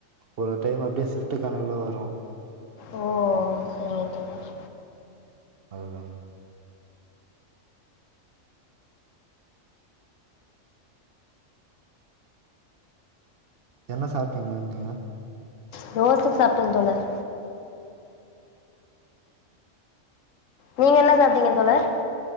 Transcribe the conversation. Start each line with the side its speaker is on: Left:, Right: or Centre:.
Right: ஒரு டைம் அப்டியே சிஃப்ட் கணக்குல வரு
Left: ஓ சரிங்க தோழர்
Right: அதுதான் என்ன சாப்டீங்க மேம் நீங்க
Left: தோச சாப்டே தோழர் நீங்க என்ன சாப்டீங்க தோழர்